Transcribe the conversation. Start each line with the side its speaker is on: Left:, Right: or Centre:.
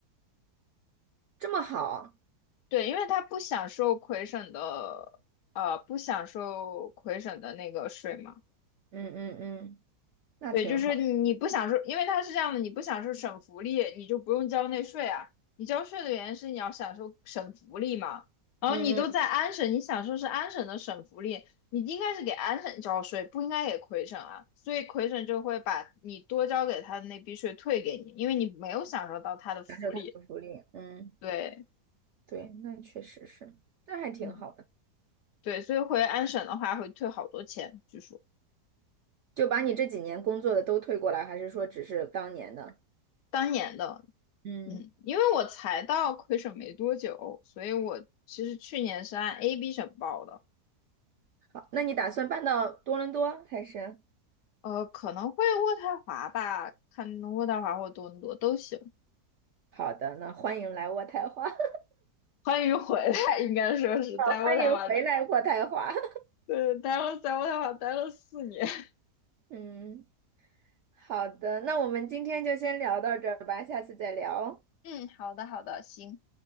Right: 这么好，
Left: 对，因为它不享受魁省的，呃，不享受魁省的那个税嘛。
Right: 嗯嗯嗯，那挺好，
Left: 对，就是你不享受，因为它是这样的，你不享受省福利，你就不用交那税啊。你交税的原因是你要享受省福利嘛。然后你都在安省，
Right: 嗯嗯，
Left: 你享受是安省的省福利，你应该是给安省交税，不应该给魁省啊。所以魁省就会把你多交给他的那笔税退给你，因为你没有享受到他的福利。
Right: 享受他的福利，嗯，
Left: 对，
Right: 对，那确实是，那还挺好的。
Left: 嗯，对，所以回安省的话会退好多钱，据说
Right: 就把你这几年工作的都退过来，还是说只是当年的？
Left: 当年的，
Right: 嗯，
Left: 嗯，因为我才到魁省没多久，所以我其实去年是按 AB 省报的，
Right: 好，那你打算搬到多伦多还是？
Left: 呃，可能会渥太华吧，看渥太华或多伦多都行。
Right: 好的，那欢迎来渥太华，<laughs>
Left: 欢迎回来，应该说是在渥太华，
Right: 呃欢迎回来渥太华。<laughs>
Left: 呃，待了在渥太华待了四年。<laughs>
Right: 嗯，好的，那我们今天就先聊到这儿吧，下次再聊哦。
Left: 嗯，好的，好的，行。